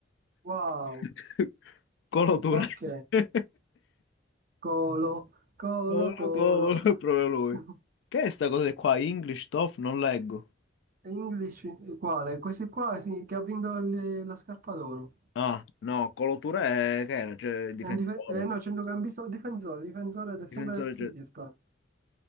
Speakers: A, on the right (about 45°); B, on the left (about 65°).
A: Wow.
B: <laughs> Colo Touré.
A: Ok.
B: <laughs>
A: Colo, colo,
B: Gol,
A: colo.
B: gol, <laughs> proprio lui.
A: <laughs>
B: Che è sta cosa qua? English top? Non leggo.
A: English, quale? Questi qua sì, che ha vinto il- la scarpa d'oro.
B: Ah, no, Coloture è... che era? Cioè, il difensore.
A: È un dife- eh, no, centrocampista difensore, difensore del sempre
B: Difensore,
A: del City
B: cioè...
A: è stato.